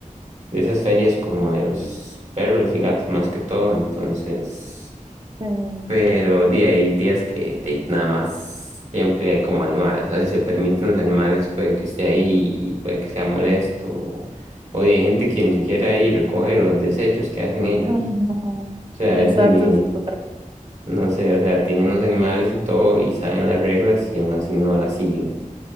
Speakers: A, on the right; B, on the right.
A: de esas ferias como de los perros y gatos más que todo, entonces,
B: sí.
A: pero de ahí días que de, ahí nada más siempre hay como animales, o sea, si se permiten los animales puede que esté ahí, puede que sea molesto, o, o de ahí hay gente que ni siquiera ahí recoge los desechos que hacen ellos,
B: Ay, no.
A: o sea,
B: Exacto,
A: a veces ni,
B: eso es otra cosa.
A: no sé, o sea, tienen los animales y todo y saben las reglas y aún así no las siguen.